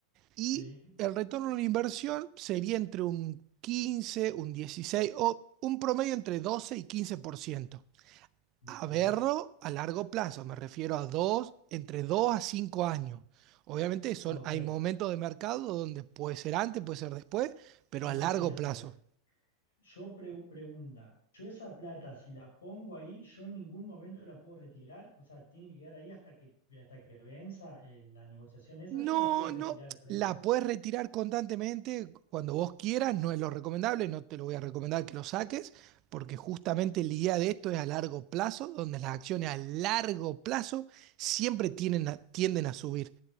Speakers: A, on the right; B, on the left.
A: y
B: Sí,
A: el retorno de la inversión sería entre un 15, un dieciséis o un promedio entre 12 y 15%.
B: bien,
A: A verlo a largo plazo, me refiero a dos, entre 2 a 5 años. Obviamente son,
B: ok,
A: hay momentos de mercado donde puede ser antes, puede ser después, pero
B: eso
A: a largo
B: quería saber.
A: plazo.
B: Yo pre- pregunta, yo esa plata, si la pongo ahí, yo en ningún momento la puedo retirar, o sea, tiene que quedar ahí hasta que, hasta que venza eh, la negociación. Esa
A: No,
B: yo la puedo retirar
A: no.
B: previo.
A: La puedes retirar constantemente cuando vos quieras, no es lo recomendable, no te lo voy a recomendar que lo saques, porque justamente la idea de esto es a largo plazo, donde las acciones a largo plazo siempre tienen a- tienden a subir.